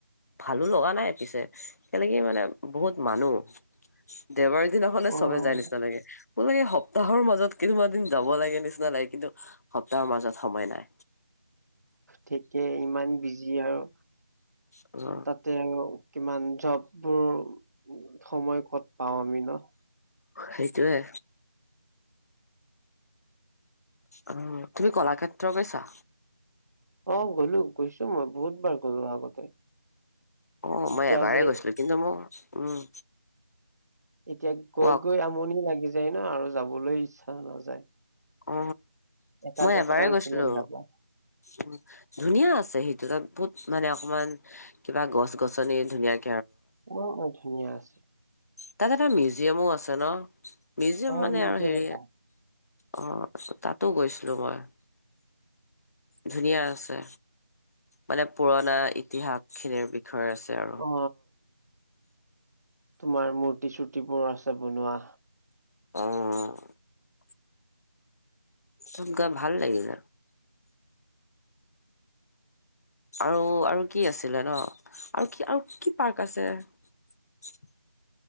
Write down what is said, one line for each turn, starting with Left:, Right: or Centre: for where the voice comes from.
Left: ভালো লগা নাই পিছে কেনেক কি মানে বহুত মানুহ দেওবাৰৰ দিনাখন
Right: অ'
Left: চবে যাই নিচিনা লাগে। ম লাগে সপ্তাহৰ মাজত কেইদমান দিন যাব লাগে নিচিনা লাগে কিন্তু সপ্তাহৰ মাজত সময় নাই।
Right: থিকে ইমান বিজি আৰু
Left: অ
Right: তাতে আৰু কিমান জববোৰ সময় ক'ত পাওঁ আমি ন
Left: সেইটোৱে অ তুমি কলাক্ষেত্ৰ গৈছা
Right: অ গ'লো গৈছো মই বহুত বাৰ গ'লো আগতে
Left: অ মই
Right: এতিয়া
Left: এবাৰেই
Right: যে
Left: গৈছিলো কিন্তু মোক উম
Right: এতিয়া
Left: কোৱা
Right: গৈ গৈ আমনি লাগি যায় ন আৰু যাবলৈ ইচ্ছা। নাযায়
Left: অ
Right: এটা
Left: মই
Right: জাগাত
Left: এবাৰে
Right: আৰু
Left: গৈছিলো
Right: কিমান যাবা
Left: উম ধুনীয়া আছে সেইটো তাত বহুত মানে অকমান কিবা গছ গছনি ধুনীয়াক
Right: বৰ মই ধুনীয়া আছে
Left: তাত এটা মিউজিয়ামো আছে ন মিউজিয়াম
Right: অ
Left: মানে
Right: মিউজিয়াম
Left: আৰু হেৰি
Right: এটা
Left: অ তাতো গৈছিলো মই। ধুনীয়া আছে মানে পুৰণা ইতিহাস খিনিৰ বি থয় আছে আৰু।
Right: অ তোমাৰ মূৰ্তি চূ্তিবোৰ আছে বনোৱা
Left: অহ তত ভাল লাগিলে আৰু আৰু কি আছিলে ন আৰু কি আৰু কি পাৰ্ক আছে <unintelligible>